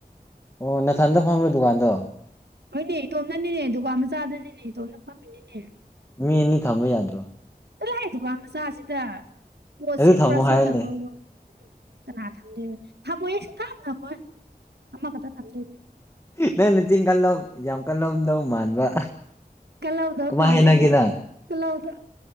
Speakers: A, on the left; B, on the right.
A: ꯑꯣ ꯅꯅꯥꯊꯟꯗ ꯐꯪꯝꯕ꯭ꯔꯣ ꯗꯨꯀꯥꯟꯗꯣ
B: ꯍꯣꯏꯅꯦ ꯏꯇꯣꯝꯅꯅꯤꯅꯦ ꯗꯨꯀꯥꯟ ꯃꯆꯥꯗꯅꯤꯅꯦ ꯏꯇꯣꯝꯅ ꯐꯝ ꯐꯝꯃꯤꯅꯤꯅꯦ
A: ꯃꯤ ꯑꯅꯤ ꯊꯝꯕ ꯌꯥꯗ꯭ꯔꯣ
B: ꯆꯊꯣꯍꯦ ꯗꯨꯀꯥꯟ ꯃꯆꯥꯁꯤꯗ ꯄꯣꯠ
A: ꯑꯗꯨ
B: ꯁꯤꯠꯄ꯭ꯔꯥ
A: ꯊꯝꯃꯣ ꯍꯥꯏꯔꯅꯦ
B: ꯁꯤꯠꯇꯕ꯭ꯔ ꯑꯣꯏ ꯎꯝ ꯀꯅꯥ ꯊꯝꯗꯣꯏ ꯊꯝꯃꯣꯏꯌꯦ ꯁꯨꯡꯊꯥꯡ ꯊꯝꯃꯣꯏ ꯑꯃꯈꯛꯇ ꯊꯝꯗꯣꯏꯅꯦ
A: ꯅꯪꯅ ꯆꯤꯡ ꯀꯜꯂꯣꯝ ꯌꯥꯝ ꯀꯜꯂꯣꯝꯗꯧ ꯃꯥꯟꯕ
B: ꯀꯜꯂꯧꯗꯧ
A: ꯀꯃꯥꯏ
B: ꯃꯥꯜꯂꯦ
A: ꯍꯥꯏꯅꯒꯦ ꯅꯪ
B: ꯀꯜꯂꯧꯗꯧ